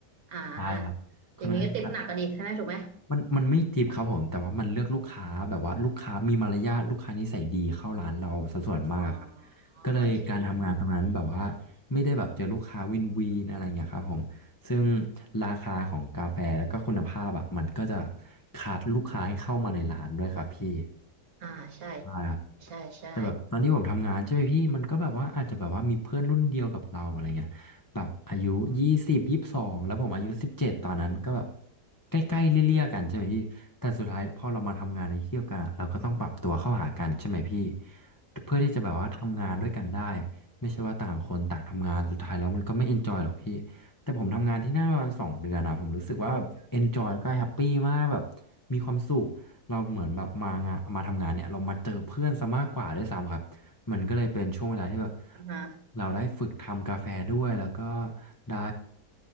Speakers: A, on the right; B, on the left.
A: อ่า
B: ใช่ครับค่อนข้างจะ
A: อย่างนี้ก็ติปหนักกันดีใช่ไหมถูกไหม
B: มันมันไม่จีบครับผมแต่ว่ามันเลือกลูกค้าแบบว่าลูกค้ามีมารยาทลูกค้านิสัยดีเข้าร้านเราสัดส่วนมากครับ
A: อ๋อ
B: ก็เลยการทำงานตรงนั้นแบบว่า
A: โอเค
B: ไม่ได้แบบเจอลูกค้าวินวีนอะไรเงี้ยครับผมซึ่งราคาของกาแฟแล้วก็คุณภาพอ่ะมันก็จะคัดลูกค้าให้เข้ามาในร้านด้วยครับพี่
A: อ่าใช่
B: ใช่ครับ
A: ใช่ใช่
B: แต่แบบตอนที่ผมทำงานใช่ไหมพี่มันก็แบบว่าอาจจะแบบว่ามีเพื่อนรุ่นเดียวกับเราอะไรเงี้ย แบบอายุยี่สิบยี่สิบสองแล้วผมอายุสิบเจ็ดตอนนั้นก็แบบใกล้ๆเลี่ยๆกันใช่ไหมพี่แต่สุดท้ายพอเรามาทำงานในที่เที่ยวกันอะเราก็ต้องปรับตัวเข้าหากันใช่ไหมพี่เพื่อที่จะแบบว่าทำงานด้วยกันได้
A: อม
B: ไม่ใช่ว่าต่างคนต่างทำงานสุดท้ายแล้วมันก็ไม่เอนจอยหรอกพี่แต่ผมทำงานที่นั่นประมาณสองเดือนอะผมรู้สึกว่าเอนจอยแล้วก็แฮปปี้มากแบบมีความสุข เราเหมือนแบบมางานมาทำงานเนี่ยเรามาเจอเพื่อนซะมากกว่าด้วยซ้ำครับมันก็เลยเป็นช่วงเวลาที่แบบ
A: อ่าฮะ
B: เราได้ฝึกทำกาแฟด้วยแล้วก็ได้